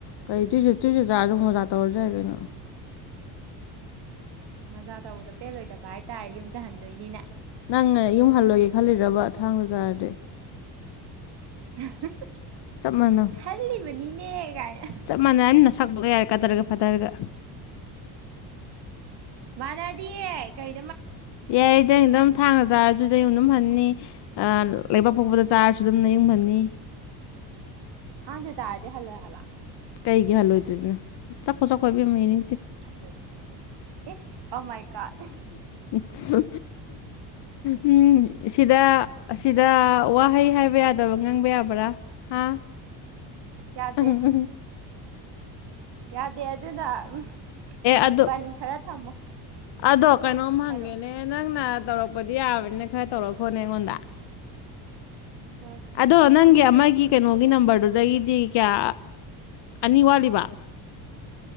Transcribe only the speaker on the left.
ꯀꯩ ꯇꯨ ꯇꯨꯏꯁꯦꯠ ꯆꯥꯔꯁꯨꯨꯛ ꯃꯣꯖꯥ ꯇꯧꯔꯁꯨ ꯌꯥꯏ ꯀꯩꯅꯣ
ꯅꯪꯅ ꯌꯨꯝ ꯍꯜꯂꯣꯏꯒꯦ ꯈꯜꯂꯤꯔꯕ ꯊꯥꯡꯗ ꯆꯥꯔꯗꯤ
ꯆꯞ ꯃꯥꯟꯅ
ꯆꯞ ꯃꯥꯟꯅ ꯌꯥꯝ ꯊꯗꯣꯛꯑ ꯌꯥꯔꯦ ꯀꯥꯊꯔꯒ ꯐꯊꯔꯒ
ꯌꯥꯇꯗꯝꯝ ꯊꯥꯡꯅ ꯆꯥꯔꯁꯨꯗꯨꯝ ꯑꯗꯨꯝ ꯐꯅꯤ ꯂꯩꯕꯥꯛ ꯄꯣꯛꯄꯗ ꯆꯥꯔꯁꯨ ꯑꯗꯨꯝꯅ ꯌꯨꯡ ꯐꯅꯤ
ꯀꯩꯒꯤ ꯍꯜꯂꯣꯏꯗꯣꯏꯁꯤꯅꯦ ꯆꯥꯛꯈꯣ ꯆꯥꯛꯈꯣ ꯏꯕꯤꯦꯝꯝ ꯏꯅꯤ
ꯁ ꯎꯝ ꯁꯤꯗ ꯑꯁꯤꯗ ꯋꯥꯍꯩ ꯍꯥꯏꯕ ꯌꯥꯗꯕ ꯉꯪꯕ ꯌꯥꯕ꯭ꯔꯥ ꯍꯥ
ꯎꯝ
ꯑꯗꯣ
ꯑꯗꯣ ꯀꯩꯅꯣꯝ ꯍꯪꯒꯦꯅꯦ
ꯅꯪꯅ ꯇꯧꯔꯛꯄꯗꯤ ꯌꯥꯕꯅꯤꯅ ꯈꯔ ꯇꯧꯔꯈꯣꯅꯦ ꯑꯩꯉꯣꯟꯗ
ꯑꯗꯣ ꯅꯪ ꯌꯥ ꯃꯥꯒꯤ ꯀꯩꯅꯣꯒꯤ ꯅꯝꯕꯔꯗꯨꯗꯒꯤꯗꯤ ꯀꯌꯥ ꯑꯅꯤ ꯋꯥꯠꯂꯤꯕ